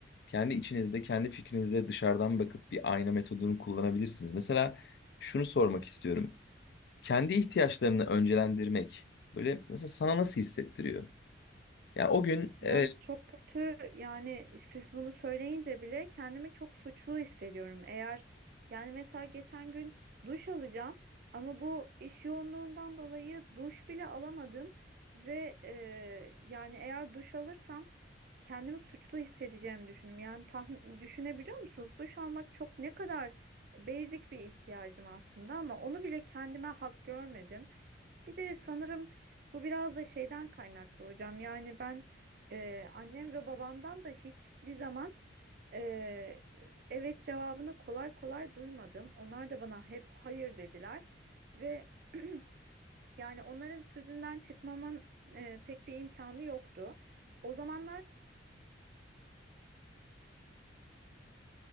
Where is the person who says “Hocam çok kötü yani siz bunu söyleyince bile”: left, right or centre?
Right